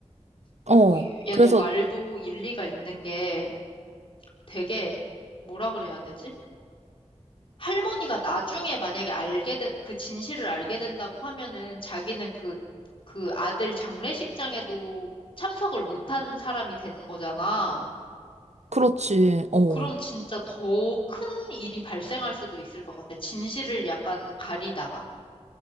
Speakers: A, on the left; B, on the right.
A: 오,
B: 어,
A: 야,
B: 그래서
A: 너 말도 일리가 있는 게 되게, 뭐라 그래야 되지? 할머니가 나중에 만약에 알게 된, 그 진실을 알게 된다고 하면은 자기는 그, 그 아들 장례식장에도 참석을 못한 사람이 되는 거잖아.
B: 그렇지.
A: 오,
B: 어.
A: 그럼 진짜 더 큰 일이 발생할 수도 있을 것 같아. 진실을 약간 가리다가.